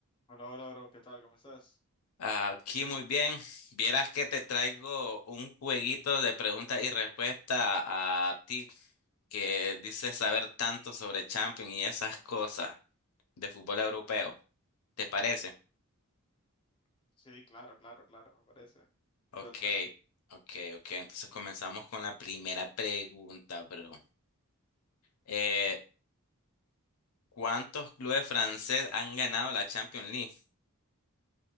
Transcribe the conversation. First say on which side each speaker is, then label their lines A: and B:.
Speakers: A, on the left; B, on the left.
A: Hola, hola, bro, ¿qué tal? ¿Cómo estás?
B: Aquí muy bien. Vieras que te traigo un jueguito de preguntas y respuestas a ti que dices saber tanto sobre Champions y esas cosas de fútbol europeo. ¿Te parece?
A: Sí, claro, claro, claro, me parece.
B: Ok,
A: Suéltalo.
B: ok, ok. Entonces comenzamos con la primera pregunta, bro. Eh, ¿cuántos clubes franceses han ganado la Champions League?